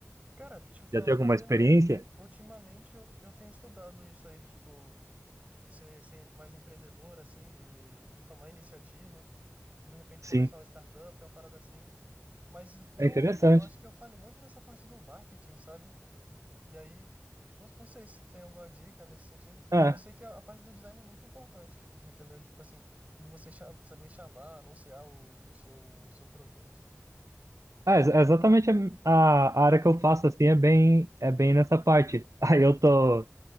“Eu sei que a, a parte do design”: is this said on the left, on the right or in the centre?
Right